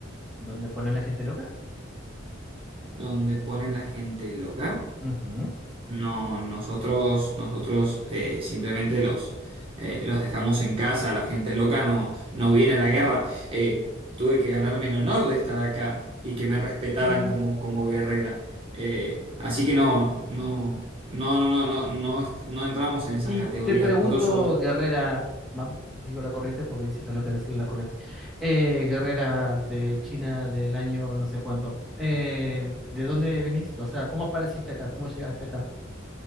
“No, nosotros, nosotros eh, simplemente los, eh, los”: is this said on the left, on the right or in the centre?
Right